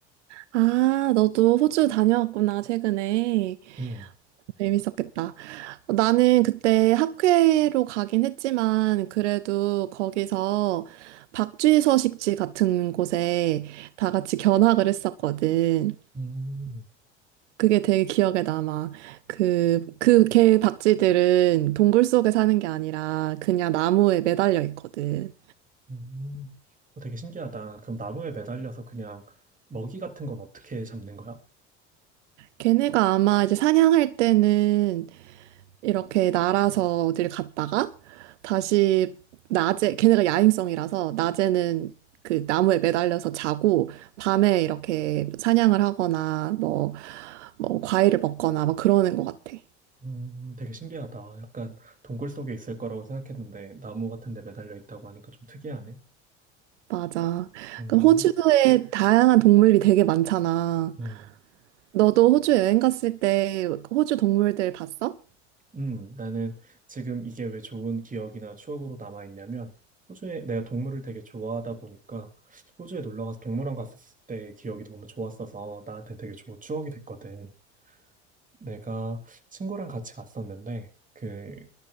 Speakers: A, on the right; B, on the right.
A: 아, 너도 호주 다녀왔구나, 최근에.
B: 음,
A: 재밌었겠다. 나는 그때 학회로 가긴 했지만, 그래도 거기서 박쥐 서식지 같은 곳에 다 같이 견학을 했었거든.
B: 음,
A: 그게 되게 기억에 남아. 그, 그 개 박쥐들은 동굴 속에 사는 게 아니라 그냥 나무에 매달려 있거든.
B: 음. 어, 되게 신기하다. 그럼 나무에 매달려서 그냥 먹이 같은 건 어떻게 잡는 거야?
A: 걔네가 아마 이제 사냥할 때는 이렇게 날아서 어딜 갔다가 다시 낮에, 걔네가 야행성이라서 낮에는 그 나무에 매달려서 자고 밤에 이렇게 사냥을 하거나 뭐, 뭐 과일을 먹거나 막 그러는 것 같아.
B: 음, 되게 신기하다. 약간 동굴 속에 있을 거라고 생각했는데 나무 같은 데 매달려 있다고 하니까 좀 특이하네.
A: 맞아.
B: 음,
A: 그럼 호주에 다양한 동물이 되게 많잖아.
B: 음,
A: 너도 호주 여행 갔을 때 호주 동물들 봤어?
B: 음, 나는 지금 이게 왜 좋은 기억이나 추억으로 남아 있냐면 호주에 내가 동물을 되게 좋아하다 보니까 호주에 놀러 가서 동물원 갔었을 때 기억이 너무 좋았어서 나한테 되게 좋은 추억이 됐거든. 내가 친구랑 같이 갔었는데 그